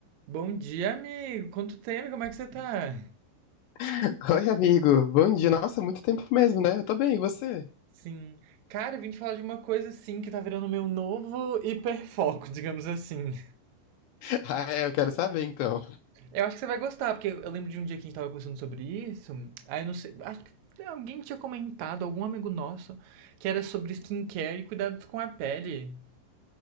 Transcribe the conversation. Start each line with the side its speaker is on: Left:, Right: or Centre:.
Right: Bom dia, amigo. Quanto tempo? Como é que você tá?
Left: <laughs> Oi, amigo. Bom dia. Nossa, muito tempo mesmo, né? Eu tô bem, e você?
Right: Sim. Cara, eu vim te falar de uma coisa assim que tá virando meu novo hiperfoco, digamos assim.
Left: <laughs> Ah, é, eu quero saber então.
Right: Eu acho que você vai gostar, porque eu lembro de um dia que a gente tava conversando sobre isso. Aí eu não sei, acho que alguém tinha comentado, algum amigo nosso, que era sobre skincare e cuidados com a pele.